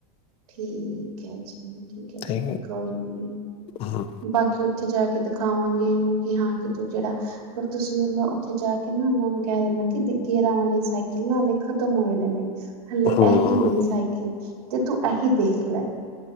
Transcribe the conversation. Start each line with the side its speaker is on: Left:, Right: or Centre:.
Right: ਠੀਕ ਹੈ ਜੀ। ਠੀਕ ਹੈ -ਠੀਕ
Left: ਤੇ
Right: ਹੈ ਕੋਈ ਨੀ
Left: ਹਮ
Right: ਬਾਕੀ ਉੱਥੇ ਜਾ ਕੇ ਦਿਖਾਵਾਂਗੇ ਇਹਨੂੰ ਕਿ ਹਾਂ ਕਿ ਤੂੰ ਜਿਹੜਾ ਪਰ ਤੁਸੀਂ ਉਹ ਉੱਥੇ ਜਾ ਕੇ ਨਾ ਉਹਨਾਂ ਨੂੰ ਕਹਿ ਦੇਿੰਣਾ ਕਿ ਗੇਅਰਾਂ ਵਾਲੇ ਸਾਈਕਲ ਨਾਲੇ ਖ਼ਤਮ ਹੋਏ ਦੇ ਨੇ। ਹਲੇ ਇਹਹੀ
Left: ਹਮ
Right: ਨਹੀ ਸਾਈਕਲ। ਤੇ ਤੂੰ ਐਹੀ ਦੇਖ ਲੈ।